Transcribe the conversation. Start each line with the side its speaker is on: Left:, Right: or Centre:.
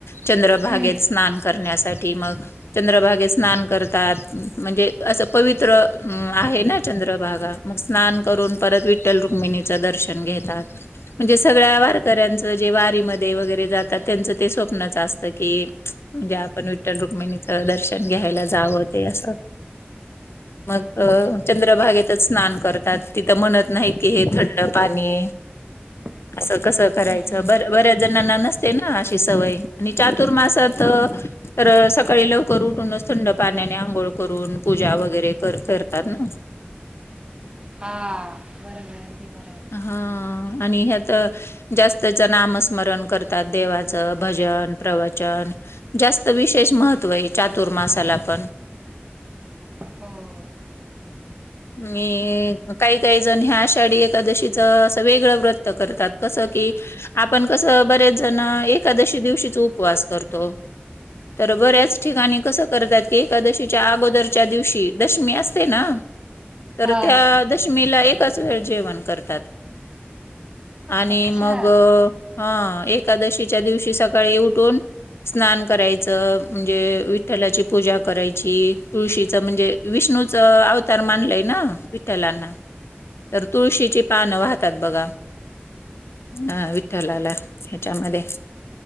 Left: चंद्रभागेत
Right: हम्म
Left: स्नान करण्यासाठी. ती मग चंद्रभागे स्नान करतात. म्हणजे अस पवित्र आहे ना चंद्रभागा. मग स्नान करून परत विठ्ठल रुक्मिणी चं दर्शन घेतात. म्हणजे सगळ्या वारकऱ्यांचं जे वारीमध्ये वगैरे जातात. त्यांचं ते स्वप्नच असत की, म्हणजे आपण विठ्ठल रुक्मिणीचं दर्शन घ्यायला जावं ते असं. मग
Right: अच्छा
Left: चंद्रभागेतच स्नान करतात. तिथं म्हणत नाहीत की हे थंड पाणी हे.
Right: <inaudible>
Left: असं कसं करायचं.
Right: हम्म
Left: बर बऱ्याच जणांना नसते ना. अशी सवय आणि चातुर्मासात तर सकाळी लवकर उठूनच थंड पाण्याने आंघोळ करून, पूजा वगैरे कर करतात ना.
Right: हा बरोबर. ते बरोबर
Left: ह आणि ह्यात जास्तच नामस्मरण करत. त्यात देवाचं भजन, प्रव तर जास्त विशेष महत्व आहे चातुर्मासाला पण
Right: हो.
Left: मी काही काही जण ह्या आषाढी एकादशीच असं वेगळं व्रत करतात कसं की, आपण कसं बरेच जण एकादशी दिवशीच उपवास करतो. तर बऱ्याच ठिकाणी कसं करतात की एकादशीच्या अगोदरच्या दिवशी दशमी असते ना. तर
Right: हा
Left: त्या दशमीला एकच वेळ जेवण करतात. आणि
Right: अच्छा
Left: मग ह एकादशीच्या दिवशी सकाळी उठून स्नान करायचं. म्हणजे विठ्ठलाची पूजा करायची तुळशीच म्हणजे विष्णूच अवतार मानलंय. ना विठ्ठलांना तर तुळशीची पानं वाहतात बघा. हा विठ्ठलाला ह्याच्यामध्ये